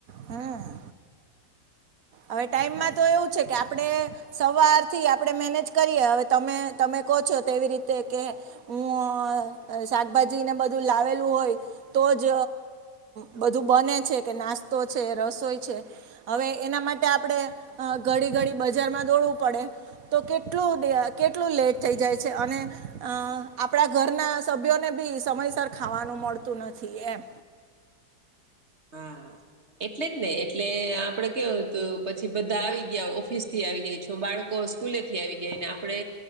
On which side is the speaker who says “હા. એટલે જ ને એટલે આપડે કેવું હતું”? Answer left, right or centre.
Right